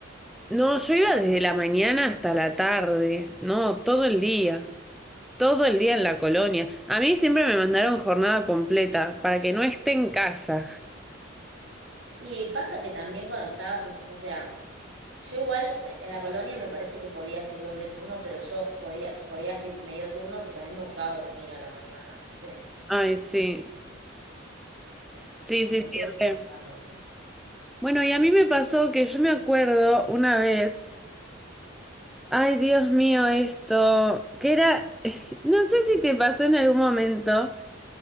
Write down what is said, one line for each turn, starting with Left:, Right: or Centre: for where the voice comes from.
Centre: no, yo iba desde la mañana hasta la tarde, no, todo el día. Todo el día en la colonia. A mí siempre me mandaron jornada completa para que no esté en casa.
Right: Y pasa que también cuando estabas, en- o sea, Yo igual eh, a la colonia me parece que podías ir doble turno, pero yo podía, podías ir medio turno porque a mí me gustaba dormir a la mañana, ¿viste?
Centre: Ay, sí. Sí,
Right: Entonces
Centre: sí, sí.
Right: me
Centre: re.
Right: dejaban dormir.
Centre: Bueno, y a mí me pasó que yo me acuerdo una vez. Ay, Dios mío, esto. Que era. <laughs> No sé si te pasó en algún momento,